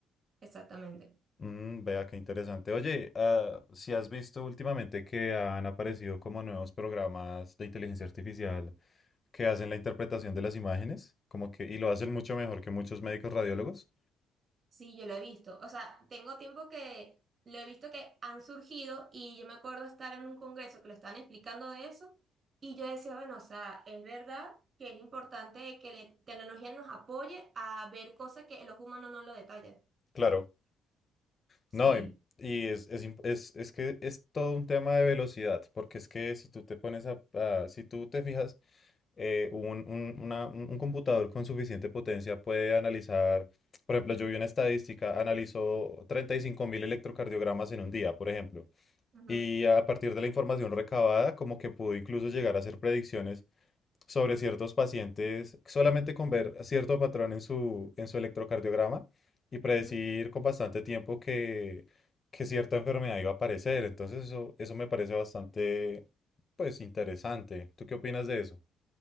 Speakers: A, on the right (about 40°); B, on the left (about 30°).
A: exactamente.
B: Mm, vea qué interesante. Oye, ah, si has visto últimamente que han aparecido como nuevos programas de inteligencia artificial que hacen la interpretación de las imágenes, como que, y lo hacen mucho mejor que muchos médicos radiólogos.
A: Sí, yo lo he visto. O sea, tengo tiempo que lo he visto que han surgido y yo me acuerdo estar en un congreso que lo estaban explicando de eso y yo decía, bueno, o sea, es verdad que es importante que la tecnología nos apoye a ver cosas que los humanos no lo detallan.
B: Claro,
A: Sí.
B: No, y, y es, es, imp- es- es que es todo un tema de velocidad, porque es que si tú te pones a, a- si tú te fijas, eh, un, un- una- un- un computador con suficiente potencia puede analizar, por ejemplo, yo vi una estadística, analizó treinta y cinco mil electrocardiogramas en un día, por ejemplo,
A: Ujú,
B: y a partir de la información recabada, como que pudo incluso llegar a hacer predicciones sobre ciertos pacientes solamente con ver cierto patrón en su, en su electrocardiograma y predecir
A: ujú.
B: con bastante tiempo que, que cierta enfermedad iba a aparecer. Entonces eso, eso me parece bastante, pues, interesante. ¿Tú qué opinas de eso?